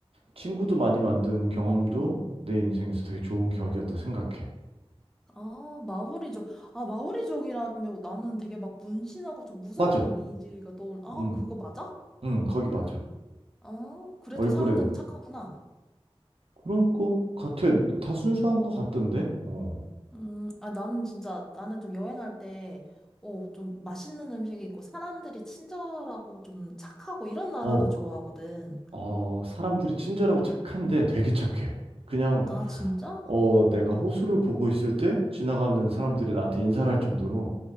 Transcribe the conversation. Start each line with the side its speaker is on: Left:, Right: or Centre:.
Right: 친구도 많이 만든 경험도 내 인생에서 되게 좋은 기억이었다 생각해.
Centre: 아, 마오리족. 아, 마오리족이라면 나는 되게 막 문신하고 좀 무서운
Right: 맞아.
Centre: 이미지가 떠올, 아,
Right: 응,
Centre: 그거 맞아?
Right: 응, 거기 맞아.
Centre: 아, 그래도
Right: 얼굴에.
Centre: 사람들은 착하구나.
Right: 그런 거 같아. 다 순수한 거 같던데? 어,
Centre: 음, 아, 나는 진짜, 나는 좀 여행할 때, 어, 좀 맛있는 음식이 있고, 사람들이 친절하고 좀 착하고 이런 나라를
Right: 어,
Centre: 좋아하거든.
Right: 그- 어, 사람들이 친절하고 착한데 되게 착해. 그냥,
Centre: 아, 진짜?
Right: 어, 내가 호수를 보고 있을 때 지나가는 사람들이 나한테 인사를 할 정도로